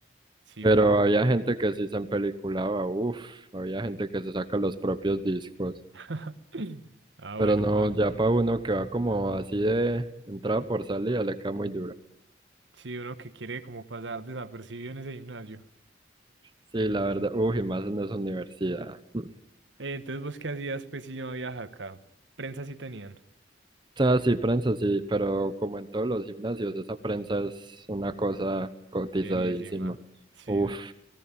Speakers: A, on the right; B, on the right.
A: Sí,
B: Pero
A: parce.
B: había gente que sí se empeliculaba, uf, había gente que se saca los propios discos.
A: <laughs> Ah,
B: Pero
A: bueno,
B: no,
A: parce.
B: ya para uno que va como así de entrada por salida, le queda muy duro.
A: Sí, uno que quiere como pasar desapercibido en ese gimnasio.
B: Sí, la verdad, uf, y más en esa universidad. <laughs>
A: Eh, entonces, ¿vos qué hacías, pues, si no había acá? Prensa sí tenían.
B: O sea, sí, prensa sí, pero como en todos los gimnasios, esa prensa es una cosa cotizadísima.
A: Llenísima. Sí,
B: Uf,
A: das.